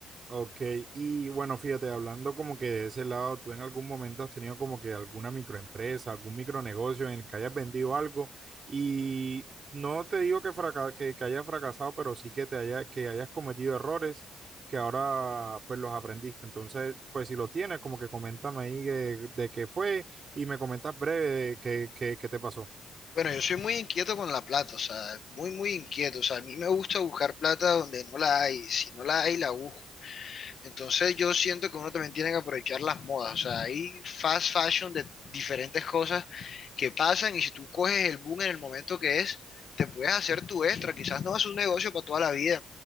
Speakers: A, on the right; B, on the left.
A: Ok, y bueno, fíjate, hablando como que de ese lado, ¿tú en algún momento has tenido como que alguna microempresa, algún micronegocio en el que hayas vendido algo y no te digo que, fraca- que, que hayas fracasado, pero sí que te haya, que hayas cometido errores que ahora pues los aprendiste? Entonces, pues si lo tienes, como que coméntame ahí de, de qué fue y me comentas breve de qué, qué, qué te pasó.
B: Bueno, yo soy muy inquieto con la plata, o sea, muy, muy inquieto, o sea, a mí me gusta buscar plata donde no la hay, si no la hay, la busco. Entonces yo siento que uno también tiene que aprovechar las modas, o sea, hay fast fashion de diferentes cosas que pasan y si tú coges el boom en el momento que es, te puedes hacer tu extra, quizás no vas a hacer un negocio para toda la vida,